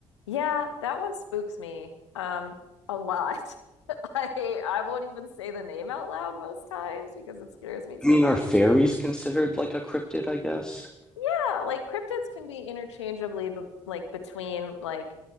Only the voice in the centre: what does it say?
I mean,
are fairies considered like a cryptid, I guess?